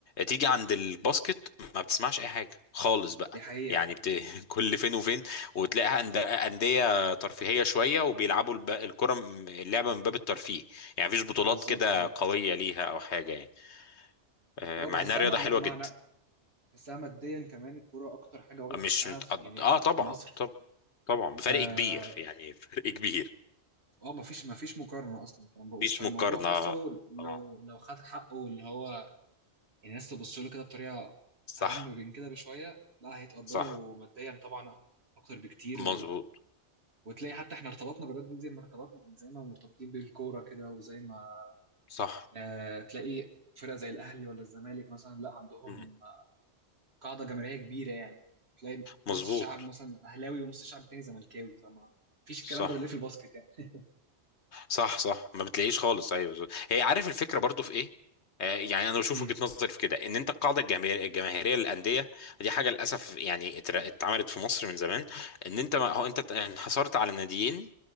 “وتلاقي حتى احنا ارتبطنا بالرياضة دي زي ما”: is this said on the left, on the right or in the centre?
Right